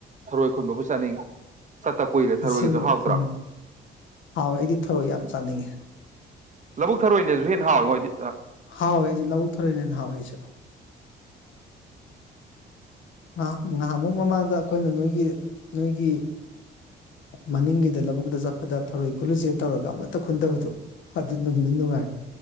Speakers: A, on the right; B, on the left.
A: ꯊꯔꯣꯏ ꯈꯨꯟꯕꯕꯨ ꯆꯠꯅꯤꯡꯉꯤ ꯆꯠꯇ ꯀꯨꯏꯔꯦ ꯊꯔꯣꯏꯒꯁꯨ
B: ꯑꯁꯦꯡꯕ
A: ꯍꯥꯎꯇ꯭ꯔꯥ
B: ꯎꯝ ꯍꯥꯎꯋꯦ ꯑꯩꯗꯤ ꯊꯧꯔꯣꯏ ꯌꯥꯝ ꯆꯥꯅꯤꯡꯉꯤ
A: ꯂꯧꯕꯨꯛ ꯊꯔꯣꯏꯅꯁꯨ ꯍꯦꯟꯅ ꯍꯥꯎꯋꯤꯉꯣ ꯑꯩꯗꯤ
B: ꯍꯥꯎꯋꯂ ꯑꯩꯁꯨ ꯂꯕꯨꯛ ꯊꯔꯣꯏꯅ ꯍꯦꯟꯅ ꯍꯥꯎꯋꯦ ꯑꯩꯁꯨ ꯉꯍ ꯉꯍꯥꯟꯃꯨꯛ ꯃꯃꯥꯡꯗ ꯑꯩꯈꯣꯏꯅ ꯅꯣꯏꯒꯤ ꯅꯣꯏꯒꯤ ꯃꯅꯤꯡꯒꯤꯗ ꯂꯧꯕꯨꯛꯇ ꯆꯠꯄꯗ ꯊꯔꯣꯏ ꯈꯨꯜꯂꯨꯖꯦꯅ ꯇꯧꯔꯒ ꯑꯃꯠꯇ ꯈꯨꯟꯗꯕꯗꯣ ꯑꯗꯨ ꯅꯨꯡꯗꯤ ꯅꯨꯡꯉꯥꯏ